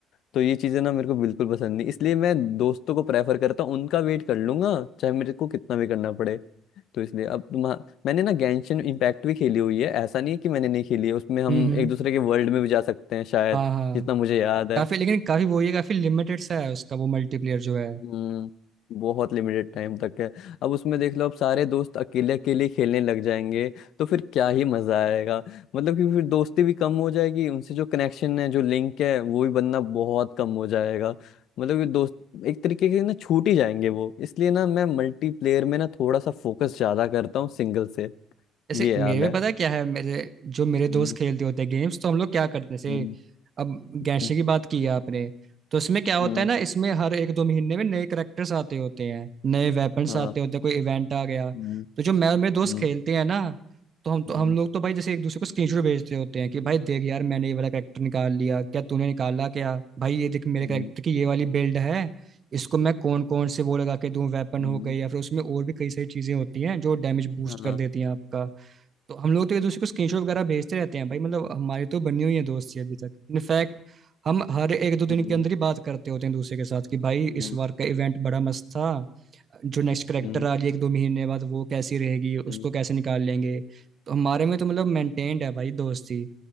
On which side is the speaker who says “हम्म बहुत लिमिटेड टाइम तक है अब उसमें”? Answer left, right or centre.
Left